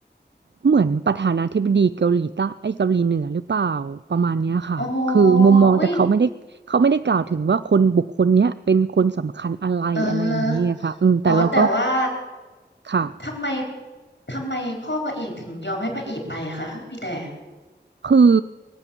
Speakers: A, on the right; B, on the left.
A: เหมือนประธานาธิบดีเกาหลีใต้ไอ้ยเกาหลีเหนือหรือเปล่าประมาณเนี้ยค่ะคือมุมมองแต่เขาไม่ได้เขาไม่ได้กล่าวถึงว่าคนบุคคลเนี้ยเป็นคนสำคัญอะไรอะไรอย่างเงี้ยค่ะอืมแต่เราก็
B: อ๋ออุ้ยเอออ๋อแต่ว่า
A: ค่ะ
B: ทำไมทำไมพ่อพระเอกถึงยอมให้พระเอกไปอะคะพี่แต่
A: คือ